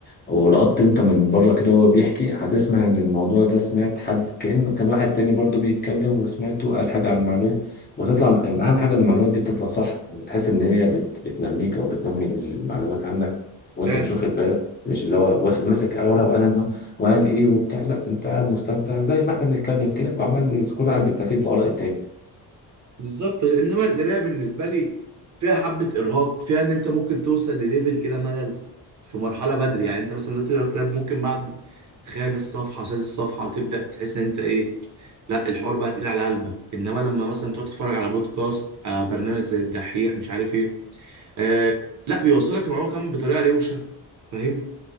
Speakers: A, on the left; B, on the right.
A: ولقطت انت من بره كده وهو بيحكي هتسمع ان الموضوع ده سمعت حد كأنه كان واحد تاني برضه بيتكلم وسمعته قال حاجة عن المعلومة وتطلع اهم حاجة إن المعلومات دي بتطلع صح بتحس ان هي بت... بتنميك او بتنمي المعلومات عندك وانت
B: فعلا
A: مش واخد بالك مش اللي هو واس- ماسك ورقة وقلم ها، وقال ايه وبتاع لا انت قاعد مستمتع زي ما احنا بنتكلم كده وعمال كل واحد بيستفيد بآراء التاني
B: بالظبط انما القرايه بالنسبه لي فيها حبه ارهاق فيها ان انت ممكن توصل لليفل كده ملل في مرحله بدري يعني انت مثلا دلوقتي تقرا كتاب ممكن بعد خامس صفحه سادس صفحه تبدا تحس ان انت ايه لا الحوار بقى تقيل على قلبك انما لما مثلا تقعد تتفرج على بودكاست آه برنامج زي الدحيح مش عارف ايه آه لا بيوصلك المعلومه كمان بطريقه روشه فاهم